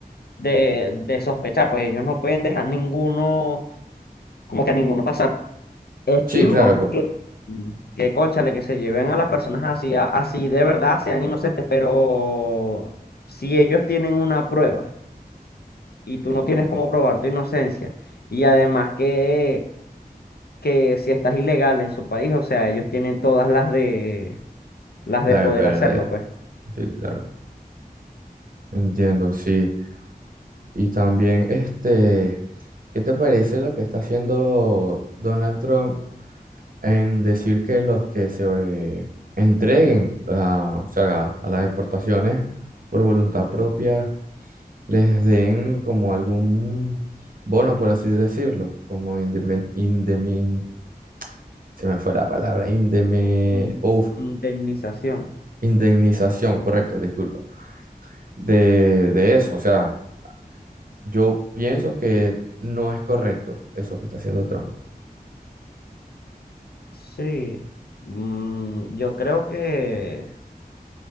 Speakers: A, on the left; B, on the right.
A: de, de sospechar, pues ellos no pueden dejar ninguno, como que a ninguno pasar. Es chimbo
B: Sí, claro, por-
A: que, que cónchale, que se lleven a las personas así, a- así de verdad, sean inocentes, pero si ellos tienen una prueba y tú no tienes cómo probar tu inocencia, y además que, que si estás ilegal en su país, o sea, ellos tienen todas las de, las de
B: La
A: poder
B: de perder.
A: hacerlo, pues.
B: Sí, claro. Entiendo, sí. Y también, este, ¿qué te parece lo que está haciendo Donald Trump? en decir que los que se eh, entreguen a, o sea, a a las exportaciones por voluntad propia les den como algún bono, por así decirlo, como indemen, indemin- se me fue la palabra, indeme,
A: In-
B: uf,
A: Indemnización.
B: indemnización, correcto, disculpa, de, de eso. O sea, yo pienso que no es correcto eso que está haciendo Trump.
A: Sí, mm, yo creo que